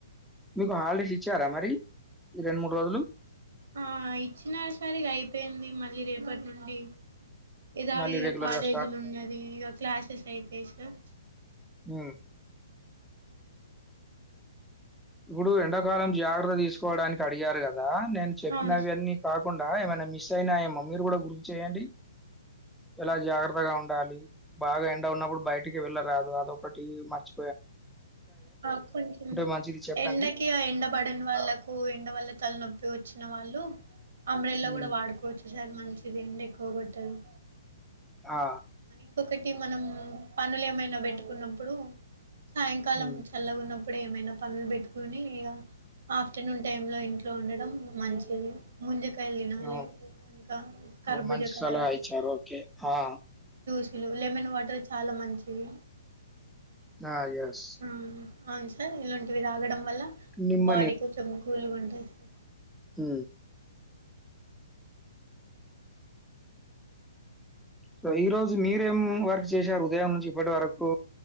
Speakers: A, in the centre; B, on the right.
A: మీకు హాలిడేస్ ఇచ్చారా మరి ఈ రెండు మూడు రోజులు
B: ఆ ఇచ్చిన సరిగా అయిపోయింది మళ్ళీ రేపటి నుండి ఏదా
A: మళ్ళీ
B: విధగా
A: రెగ్యులర్‌గా
B: కాలేజీలు
A: స్టార్ట్
B: ఉన్నది ఇ క్లాసెస్ అయితై సార్
A: ఉ ఇప్పుడు ఎండాకాలం జాగ్రత్త తీసుకోవడానికి అడిగారు కదా నేను చెప్పినవన్నీ
B: అవును సార్
A: కాక్ కుండా ఏమైనా మిస్ అయినాయేమో మీరు కూడా గుర్తు చేయండి ఎలా జాగ్రత్తగా ఉండాలి బాగా ఎండ ఉన్నప్పుడు బయటికి వెళ్ళరాదు అదొ ఒకటి మర్చి
B: అ కొంచెం
A: మంచిది చెప్పండి?
B: ఎండకి ఎండబడని వాళ్ళకు ఎండ వాల్ల తలనొ వచ్చిన వాళ్ళు అంబ్రెల్ల
A: హ్మ్.
B: కూడా వాడుకోవచ్చు సార్ మంచిది ఎండ ఎక్కువ కొ ట్టదు
A: ఆ
B: ఇంకొకటి మనం పనులు ఏమైనా పెట్టుకున్నప్పుడు సాయంకాలం
A: హ్మ్.
B: చల్ల ఉన్నప్ప ఇప్పుడు ఏమైనా పనులు పెట్టుకుని ఇగ ఆఫ్టర్నూన్ టైమ్ లో ఇంట్లో ఉండడం మంచిగా లే ముంద వెళినాలె
A: అవును.
B: కా కర్భూజకాయ
A: ఓహ్! మంచి సలహా ఇచ్చారు. ఓకే. ఆ!
B: శిల్లు లెమన్ వాటర్ చాలా మంచిది.
A: ఆ ఎస్
B: మ్మ్ అవును సార్ ఇలాంటివి తాగడం వల్ల
A: నిమ్మ
B: బాడీ కొంచం కూలు ఉంటాయి సార్
A: హ సో ఈ రోజు మీరేం వర్క్ చేశారు ఉదయం నుంచి ఇప్పటి వరకు